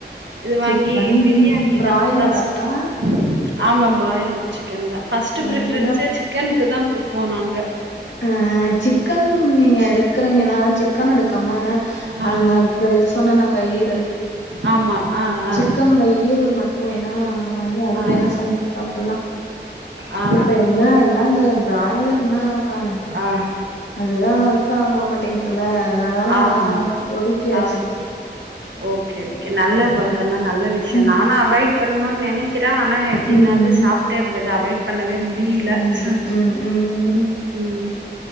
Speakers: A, on the right; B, on the left.
A: இது வாங்கி
B: சிக்கன்
A: பிரியாணி
B: பிராய்லராக்கா
A: தான் ஃபஸ்ட் ஆமாம் பாயிலர் சிக்கன் தான் ஃபஸ்ட்டு
B: வேண்டா
A: ப்ரிஃபரன்ஸே சிக்கனுக்கு தான் குடுப்போம் நாங்க
B: ஆ சிக்கன் நீங்க எடு க்குறீங்கன்னா சிக்கன் எடுக்காம
A: ஆ
B: அன் இந்த இது சொன்னேனா கா ஈறல்
A: ஆமா ஆ ஆ
B: சிக்கனோட ஈரல் மட்டும் என்னா வாங்கி அது
A: ஆ
B: வேணா சமைச்சு சாப்டலாம்
A: ஆ ஆ
B: இப்ப என்ன எல்லாம் இந்த பிராய்லர்னாக்கா
A: ஆ
B: அதுதான் எதுக்கு ஆகமாட்டேங்குதுல்ல அதனாலலா
A: ஆமா
B: அத ஒதுக்கியாச்சு
A: ஆ ஓகே ஓகே நல்ல பழக்கம்
B: ம்
A: தா நல்ல விஷ்யம்
B: ம்
A: நானு அவாய்ட் பண்ணும்னு நெனைக்கிறேன் ஆனா அப்டின்னது
B: ம்
A: சாப்டேறது அவாய்ட் பண்ணவே முடியல
B: ம்
A: ச
B: ம் ம்
A: உம்